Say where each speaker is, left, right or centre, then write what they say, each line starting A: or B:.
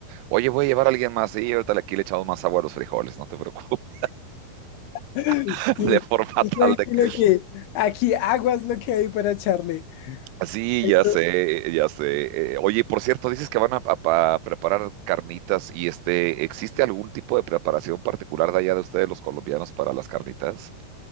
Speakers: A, on the right; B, on the left.
A: oye, voy a llevar a alguien más y ahorita aquí le echamos más agua a los frijoles, no te preocupes,
B: <laughs> sí,
A: <laughs> de forma
B: tú
A: tal
B: tranquilo
A: de que...
B: que aquí aguas lo que hay para echarle.
A: Sí,
B: <laughs>
A: ya sé, eh, ya sé. Eh, oye, por cierto, dices que van a, a- a preparar carnitas y este, ¿existe algún tipo de preparación particular de allá de ustedes, los colombianos, para las carnitas?